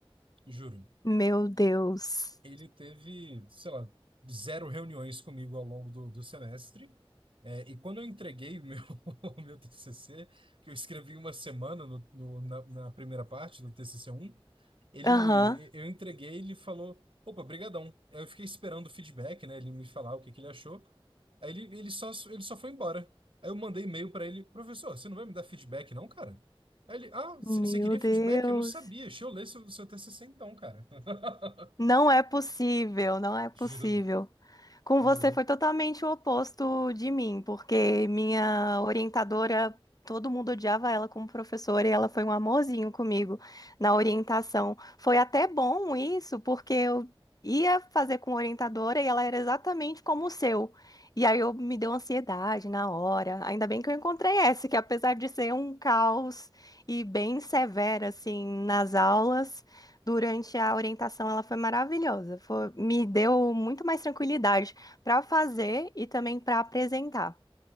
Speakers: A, on the right; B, on the left.
A: juro.
B: Meu Deus.
A: Ele teve, sei lá, zero reuniões comigo ao longo do, do semestre. É, e quando eu entreguei o meu, <laughs> o meu TCC, que eu escrevi em uma semana no, no- na, na primeira parte do TCC um ele,
B: Aham.
A: eu entreguei, ele falou, opa, brigadão. Aí Eu fiquei esperando o feedback, né? Ele me falar o que que ele achou. Aí ele, ele só, ele só foi embora. Aí eu mandei e-mail pra ele, professor, você não vai me dar feedback não, cara? Aí ele, ah, c-
B: Meu
A: você queria
B: Deus.
A: feedback? Eu não sabia. Deixa eu ler seu, seu TCC então, cara. <laughs>
B: Não é possível, não é possível.
A: Juro,
B: Com
A: juro.
B: você foi totalmente o oposto de mim, porque minha orientadora, todo mundo odiava ela como professora e ela foi um amorzinho comigo na orientação. Foi até bom isso, porque eu ia fazer com orientadora e ela era exatamente como o seu. E aí eu me deu ansiedade na hora. Ainda bem que eu encontrei essa, que apesar de ser um caos e bem severa assim nas aulas, Durante a orientação, ela foi maravilhosa. Foi- me deu muito mais tranquilidade para fazer e também para apresentar.